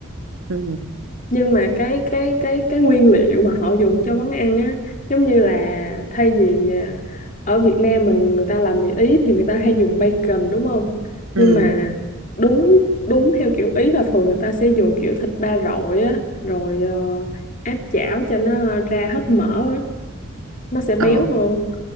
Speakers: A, on the right; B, on the left.
A: Ừ.
B: nhưng mà cái cái cái cái nguyên liệu mà họ dùng cho món ăn á giống như là thay vì à, ở Việt Nam mình người ta làm mì Ý thì người ta hay dùng bacon đúng không
A: Ừ.
B: nhưng mà đúng đúng theo kiểu Ý là thường người ta sẽ dùng kiểu thịt ba rọi á rồi ờ, áp chảo cho nó ra hết mỡ á, nó sẽ béo
A: Ờ.
B: hơn